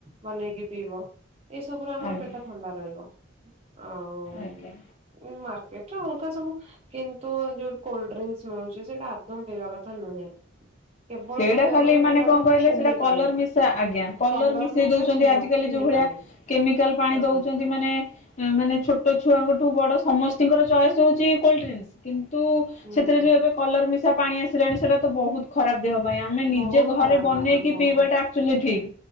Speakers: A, on the right; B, on the left.
A: ବନେଇକି ପିଇବ ଏଇସବୁରେ ଆମର
B: ଆଜ୍ଞା
A: ପେ ଥଣ୍ଡା ରହିବ। ଆଉ
B: ଆଜ୍ଞା।
A: ମାର ଏଠୁ ଅଲଗା ସବୁ କିନ୍ତୁ ଯୋଉଠି କୋଲ୍ଡ ଡ୍ରୀଙ୍କସ୍ ମିଳୁଛି ସେଇଟା ଆଦୌ ପିଇବା କଥା ନୁହେଁ କେବଳ
B: ସେଇଟା
A: କହିବାକୁ
B: ଖାଲି
A: ଗଲେ
B: ମାନେ
A: ସେଇଟା ହେଲା
B: କଣ କହିଲେ
A: ଚିନି
B: ସେଇଟା କଲର୍
A: ପାଣି
B: ମିଶା ଆଜ୍ଞା କଲର୍
A: କଲର
B: ମିଶେଇ
A: ମିଶା
B: ଦଉଛନ୍ତି
A: ଚିନି
B: ଆଜ କାଲି
A: ଚିନି
B: ଯୋଉ ଭଳିଆ
A: ପାଣି।
B: କେମିକାଲ୍ ପାଣି
A: ହଁ
B: ଦଉଛନ୍ତି ମାନେ ମାନେ ଛୋଟ ଛୁଆଙ୍କଠୁ ବଡ ସମସ୍ତିଙ୍କର ଚଏସ୍ ହେଉଛି କୋଲ୍ଡ ଡ୍ରିଙ୍କସ୍ କିନ୍ତୁ ତୁ
A: ହୁଁ
B: ସେଥିରେ ଯୋଉ ଏବେ କଲର ମିଶା ପାଣି ଆସିଲାଣି ସେଇଟା ତ ବହୁତ ଖରାପ। ଦେହ ପାଇଁ ଆମେ ନିଜେ
A: ବହୁତ
B: ଘରେ
A: ଖରାପ
B: ବନେଇକି
A: ମ୍ୟାଡାମ ବହୁତ
B: ପିଇବାଟା ଆକ୍ଚୁଲି ଠିକ